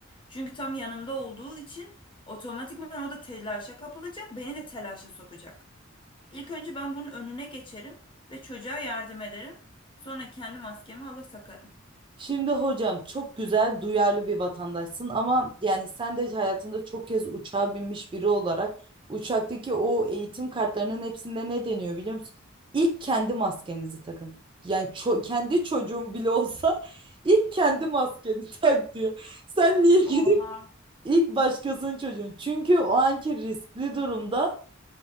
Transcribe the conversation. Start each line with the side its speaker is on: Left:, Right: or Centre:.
Left: Çünkü tam yanımda olduğu için otomatikman o da telaşa kapılacak beni de telaşa sokacak. İlk önce ben bunun önüne geçerim ve çocuğa yardım ederim. Sonra kendi maskemi alır takarım.
Right: Şimdi hocam çok güzel, duyarlı bir vatandaşsın ama yani sen de hayatında çok kez uçağa binmiş biri olarak uçaktaki o eğitim kartlarının hepsinde ne deniyor biliyor musun? İlk kendi maskenizi takın. Yani ço- kendi çocuğun bile olsa ilk kendi maskeni <laughs> tak diyor. Sen niye gidip
Left: Oha
Right: ilk başkasının çocuğun? Çünkü o anki riskli durumda